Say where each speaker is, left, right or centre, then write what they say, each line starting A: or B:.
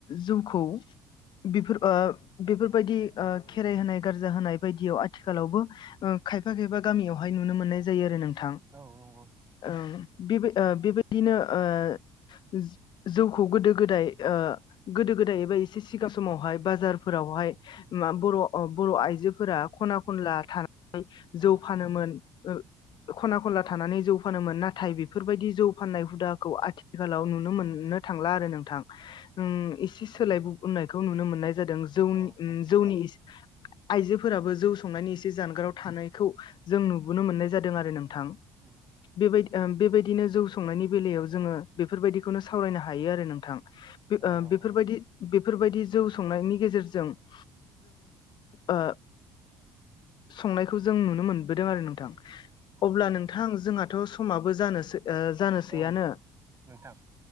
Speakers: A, on the left; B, on the right.
A: जौखौ बेफोर ओ बेफोर बायदि खेर होनाय गारजा होनाय बायदियाव आथिखालावबो खायफा खायफा गामियावहाय नुनो मोननाय नाय जायो आरो नोंथां
B: औ नंगौ
A: ओम बेबो ओ बेबायदिनो ओ जौखौ गोदो गोदाय ओ गोदो गोदाय एबा एसे सिगां समावहाय बाजारफोरावहाय मा बर अ बर आइजोफोरा खना खनला थानानै
B: उम
A: जौ फानोमोन
B: उम
A: ओ खना खनला थानानै जौ फानोमोन नाथाय बेफोरबायदि जौ फाननाय हुदाखौ आथिखालाव नुनो मोननो थांला आरो नोंथां ओम एसे
B: नंगौ
A: सोलायबोनायखौ नुनो मोननाय जादों जौनि
B: औ
A: ओम
B: आथिखालाव
A: जौनि आइजोफोराबो जौ संनायनि एसे जानगाराव थानायखौ जों नुबोनो मोननाय जादों आरो नों थां
B: उम
A: बेबायदि ओ बेबायदिनो जौ संनायनि बेलायाव जोङो बेफोरबायदिखौनो सावरायनो हायो आरो नोंथां ओ
B: औ नंगौ
A: बेफोरबायदि
B: नोंथां
A: बेफोरबायदि जौ संनायनि गेजेरजों जों ओ संनायखौ जों नुनो मोनबोदों आरो नोंथां अब्ला
B: उम
A: नोंथां जोंहाथ समाबो जानोसै ओ जानोसैयानो
B: औ नोंथां